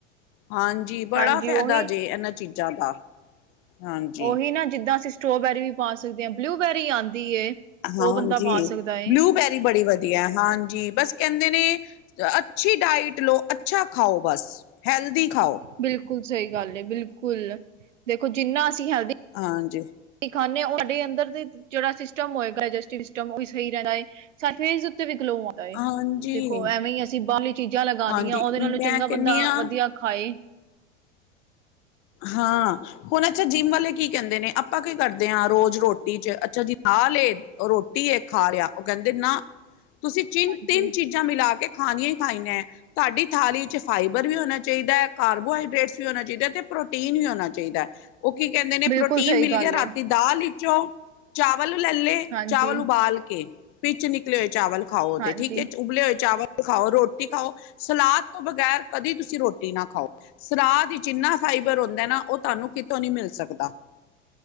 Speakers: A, on the left (about 35°); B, on the right (about 80°).
A: ਹਾਂਜੀ ਬੜਾ
B: ਹਾਂਜੀ
A: ਫਾਇਦਾ
B: ਉਹੀ
A: ਜੇ ਇਨਾਂ ਚੀਜ਼ਾਂ ਦਾ ਹਾਂਜੀ
B: ਉਹੀ ਨਾ ਜਿੱਦਾਂ ਅਸੀਂ ਸਟ੍ਰੋਬੈਰੀ ਵੀ ਪਾ ਸਕਦੇ ਹਾਂ ਬਲੂਬੈਰੀ ਆਂਦੀ ਏ
A: ਹਾਂਜੀ
B: ਉਹ ਬੰਦਾ ਪਾ ਸਕਦਾ ਏ
A: ਬਲੂਬੇਰੀ ਬੜੀ ਵਧੀਆ ਹਾਂਜੀ ਬਸ ਕਹਿੰਦਾ ਨੇ ਅੱਛੀ ਡਾਇਟ ਲੋ ਅੱਛਾ ਖਾਓ ਬਸ ਹੈਲਦੀ ਖਾਓ
B: ਬਿਲਕੁਲ ਸਈ ਗੱਲ ਏ ਬਿਲਕੁਲ ਦੇਖੋ ਜਿੰਨਾ ਅਸੀਂ ਹੈਲਦੀ
A: ਹਾਂਜੀ
B: ਖਾਂਦੇ ਅੰਦਰ ਜਿਹੜਾ ਸਿਸਟਮ ਹੋਏਗਾ ਡਾਈਜੈਸਟਿਵ ਸਿਸਟਮ ਸਹੀ ਰਹਦਾ ਹੈ ਸਾ ਫੇਸ ਉੱਤੇ ਵੀ ਗਲੋ ਆ
A: ਹਾਂਜੀ
B: ਦੇਖੋ ਐਵੇਂ ਈ ਅਸੀਂ ਬਾਰਲੀ ਚੀਜ਼ਾਂ ਲਗਾਨੀਆਂ
A: ਹਾਂਜੀ
B: ਉਦੇ
A: ਮੈਂ
B: ਨਾਲੋਂ ਚੰਗਾ
A: ਕਹਿੰਦੀ
B: ਬੰਦਾ
A: ਹਾਂ
B: ਵਧੀਆ ਖਾਏ
A: ਹਾਂ ਹੁਣ ਅੱਛਾ ਜਿੰਮ ਵਾਲੇ ਕੀ ਕਹਿੰਦੇ ਨੇ ਆਪਾਂ ਕੀ ਕਰਦੇ ਆ ਰੋਜ਼ ਰੋਟੀ ਚ ਅੱਚਾ ਜੀ ਆ ਲਏ ਰੋਟੀ ਇਕ ਖਾ ਰਿਹਾ ਉ ਕਹਿੰਦੇ ਨਾ ਤੁਸੀਂ ਚਿੰਨ
B: ਹਾਂਜੀ
A: ਤਿੰਨ ਚੀਜ਼ਾਂ ਮਿਲਾ ਕੇ ਖਾਣੀਆਂ ਹੀ ਖਾਈਆਂ ਤਾ <unintelligible> ਡੀ ਥਾਲੀ ਚ ਫਾਈਬਰ ਵੀ ਹੋਣਾ ਚਾਹੀਦਾ ਹੈ ਕਾਰਬੋ ਹਾਈਦਰੇਟਸ ਹੋਣਾ ਚਾਹੀਦਾ ਤੇ ਪ੍ਰੋਟੀਨ ਵੀ ਹੋਣਾ ਚਾਹੀਦਾ ਉਹ ਕੀ ਕਹਿੰਦੇ ਨੇ
B: ਬਿਲਕੁਲ
A: ਪ੍ਰੋਟੀਨ
B: ਸਹੀ
A: ਮਿਲ
B: ਗੱਲ
A: ਗਿਆ ਰਾਤੀ।
B: ਏ
A: ਦਾਲ ਵਿੱਚੋਂ ਚਾਵਲ ਲੈ ਲੇ
B: ਹਾਂਜੀ
A: ਚਾਵਲ ਉਬਾਲ ਕੇ ਪਿਚ ਨਿਕਲੇ ਹੋਏ ਚਾਵਲ ਖਾਓ ਓਦੇ
B: ਹਾਂਜੀ।
A: ਠੀਕ ਐ ਉਬਲੇ ਹੋਏ ਚਾਵਲ ਖਾਓ ਰੋਟੀ ਖਾਓ ਸਲਾਦ ਤੋਂ ਬਗ਼ੈਰ ਕਦੀ ਤੁਸੀਂ ਰੋਟੀ ਨਾ ਖਾਓ ਸਲਾਦ ਵਿੱਚ ਇੰਨਾਂ ਫਾਈਬਰ ਹੁੰਦਾ ਨਾ ਉਹ ਤੁਹਾਨੂੰ ਕਿਤੋਂ ਨੀ ਮਿਲ ਸਕਦਾ।